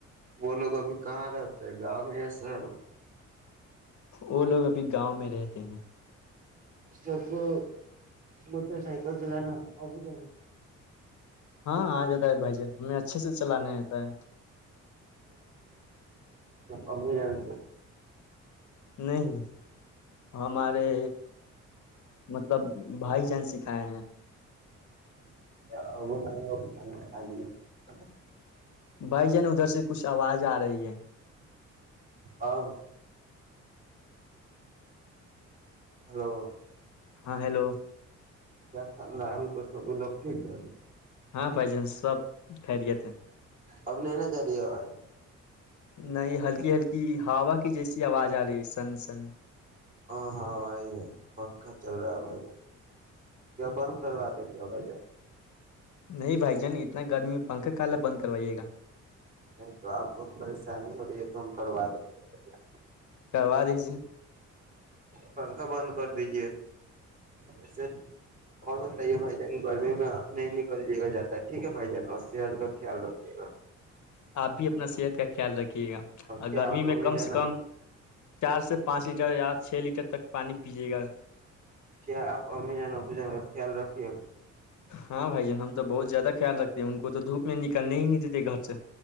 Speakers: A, on the right (about 30°); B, on the left (about 70°).
A: وہ لوگ ابھی کہاں رہتے ہے گاؤں میں یا شہر میں
B: وہ لوگ ابھی گاؤں میں رہتے ہیں
A: ش کو موٹر سائکل چلناا ا ج
B: ہاں آ جاتا ہے بھائی جان ہمیں اچھے سے چلانے آتا ہے
A: ابھی جان چ
B: نہیں ہمارے مطلب بھائی جن سکھائے ہیں
A: گو
B: بھائی جن ادھر سے کچھ آواز آ رہی ہے
A: اب ہلو
B: ہاں ہیلو
A: خاندان کو سبھی لوگ ٹھیک ہے
B: ہاں پائ ج سب خیریت ہے
A: اب نہیں ن کر رہی آواز
B: نہیں ہلکی ہلکی ہووا کی جیسی آواز آ رہی ہے سن سن
A: ہاں ہاں بھائی ہے پنکھا چل رہا ہے بھائی کیا بند کرا دے کیا ہو ب
B: نہیں بھائی جان اتنا گرمی میں پنکھا کالا بند کروائیے گا
A: نہیں تو آپ کو پریشانی ہو رہی ہے تو ہم کروا دیں گے بھیا
B: کروا دیجیے
A: پنکھا بند کر دیجیے وسے اور بتائیے بھائی جان گرمی میں نہیں نکلے گا جاتد ٹھیک ہے بھائی جان اور سحت کا خیال رکھے گا
B: آپ بھی اپنا صحت کا خیال رکھ ے گا اور
A: کیا
B: گرمی
A: آپ امی
B: میں کم
A: جان
B: سے کم چار سے پانچ لیٹر یا چھ لیٹر تک پانی پییے گا
A: کیا آپ امی ج ن ب جیں گا خیال رکھیے گ
B: ہاں بھائی جان ہم تو بہت زیادہ خیال رکھتے ہیں ان کو تو دھوپ میں نکلنے ہی نہیں ج د گھر سے